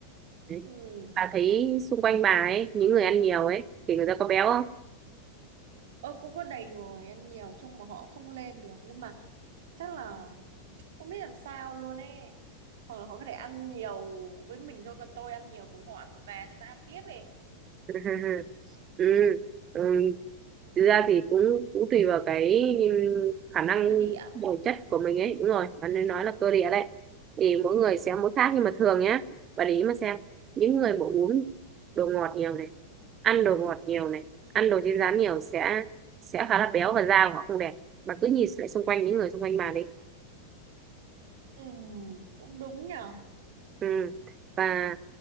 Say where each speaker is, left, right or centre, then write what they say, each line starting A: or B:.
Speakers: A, on the right; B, on the right.
A: Đấy.
B: ừ
A: bà thấy xung quanh bà ấy những người ăn nhiều ấy thì người ta có béo không
B: Ơ cũng có đầy người ăn nhiều trông mà họ không lên được nhưng mà chắc là không biết làm sao luôn ấy hoặc là họ có thể ăn nhiều với mình thôi còn tôi ăn nhiều cũng họ ăn mà về tôi vẫn ăn tiếp ấy
A: <laughs> ừ. ừ. ừ. Thực ra thì cũng cũng tùy vào cái ừm, khả năng
B: cơ địa
A: bồi chất của mình ấy đúng rồi bạn nên nói là cơ địa đấy thì mỗi người sẽ mỗi khác nhưng mà thường nhá bạn để ý mà xem những người mà uống đồ ngọt nhiều này ăn đồ ngọt nhiều này ăn đồ chiên rán nhiều sẽ sẽ khá là béo và da của họ không đẹp bạn cứ nhìn lại xung quanh những người xung quanh bạn đi
B: ừ cũng đúng nhở
A: Ừ. Và